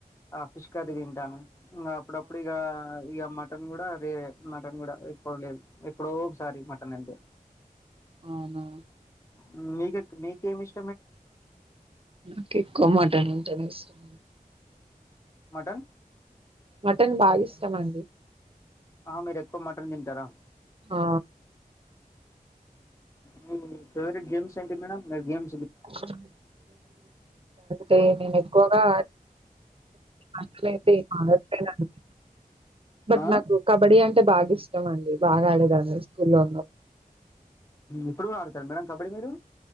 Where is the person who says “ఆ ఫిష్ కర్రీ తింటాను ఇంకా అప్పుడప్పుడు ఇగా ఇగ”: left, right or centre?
Left